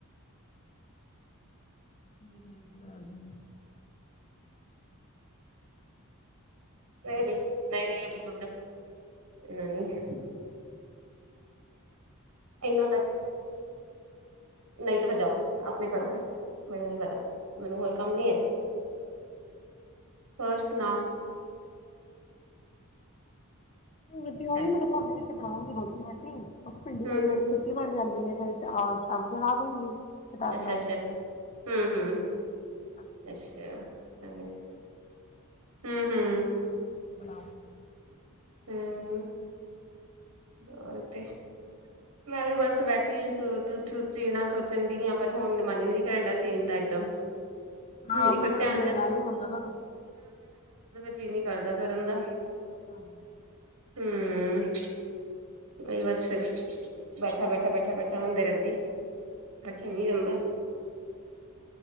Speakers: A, on the left; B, on the right.
A: ਠੀਕ ਆ ਲੈਲੋ
B: ਨਹੀਂ, ਅਭੀ ਨਹੀ । ਨਹੀਂ, ਅਭੀ ਦੁੱਧ ਇਨਾ ਨਹੀਂ । ਇਨਾਂ ਤੱਕਆ। ਨਹੀਂ ਤੇ ਫਿਰ ਜਾਓ, ਆਪਣੇ ਕਰੋ । ਫਿਰ ਮੈਨੂੰ ਨੀ ਪਤਾ । ਮੈਨੂੰ ਹੋਰ ਕੰਮ ਨੀ ਹੈ।
A: <inaudible>
B: ਹੋਰ ਸੁਣਾਓ।
A: ਹ ਤੇ ਓਹੀ
B: ਹੈਲ
A: ਮਤਲਬ ਤੁਹਾਡੇ ਚ ਬਣਾਓਗੀ ਰੋਟੀ- ਵੋਟੀ <unintelligible> ਉ ਭਿੰਡੀ।
B: ਹੂੰ
A: ਕਈ ਵਾਰੀ
B: ਹੂੰ
A: ਖੇਤੀ। ਕੀ ਬੜੀ ਜਾਂਦੀ ਮੈਂ ਫਿਰ ਹਾਂ ਸ਼ਾਮੀ ਸੁਣਾ ਦੂੰਗੀ ਕੀਤਾਬ
B: ਅੱਛਾ
A: ਨਾਲ
B: ਅੱਛਾ ਹੂੰ ਹੂੰ
A: <unintelligible>
B: ਅੱਛਾ ਹਾਂਜੀ ਹੂੰ ਹੂੰ
A: ਬਣਾਓ
B: ਹਮ ਉਹ ਤੇ ਮੈਂ ਵੀ ਬਸ ਬੈਠੀ ਸੂਟ ਠ ਸੀਣਾ ਸੋਚਣ ਡ ਹਾਂ ਪਰ ਹੁਣ ਮਨ ਹੀ ਨੀ ਕਰਨ ਡਿਆ ਸੀਣ ਦਾ ਇੱਕਦਮ
A: ਹਾਂ ਆਪਣਾ
B: ਇੱਕ ਵਾਰ
A: ਤੇ
B: ਧਿਆਨ
A: ਵਿਆ
B: ਜਾ
A: ਹੀ ਹੁੰਦਾ ਨਾ
B: ਜੀ ਨਹੀਂ ਕਰਦਾ ਕਰਨ ਦਾ
A: ਹਾਂ
B: ਹਮ ਓਹੀ ਬਸ ਫਿਰ ਬੈਠਾ ਬੈਠਾ ਬੈਠਾ ਬੈਠਾ ਬੈਠਾ ਹੁੰਦੇ ਰਦੀ ਬੈਠਾ ਹੀ ਨੀ ਜਾਂਦਾ